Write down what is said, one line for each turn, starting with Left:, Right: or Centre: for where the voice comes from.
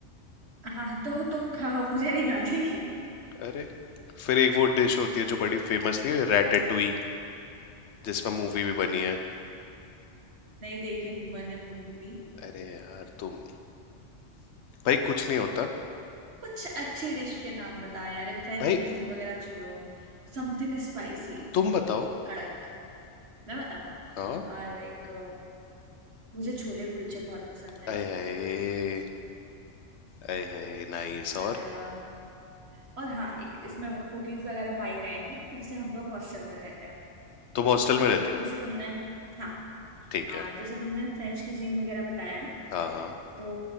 Right: हाँ तो तुम खाओ मुझे नहीं खानी
Left: अरे फिर एक वो डिश होती है जो बड़ी फेमस नहीं है रैटेटुई जिसमें मूवी भी
Right: हम्म,
Left: बनी है
Right: नहीं देखी मैंने मूवी भी
Left: अरे यार तुम भाई कुछ नहीं होता
Right: कुछ अच्छी डिश के नाम बताओ यार फ्रेंच
Left: भाई
Right: क्यूजीन वगैरह छोड़ो Something spicy
Left: तुम बताओ
Right: कड़क मैं बताऊं
Left: हाँ
Right: लाइक मुझे छोले कुलचे बहुत पसंद है
Left: आए हाय आए हाय नाइस
Right: और
Left: और
Right: अ, और हाँ एक इसमें कुकिंग वगैरह हम आ ही रहे हैं तो जैसे हम लोग हॉस्टल में रहते हैं
Left: तुम हॉस्टल में रहती हो
Right: जैसे तुमने हाँ
Left: ठीक
Right: अ,
Left: है
Right: जैसे तुमने फ्रेंच क्यूजीन वगैरह बताया
Left: हाँ हाँ
Right: तो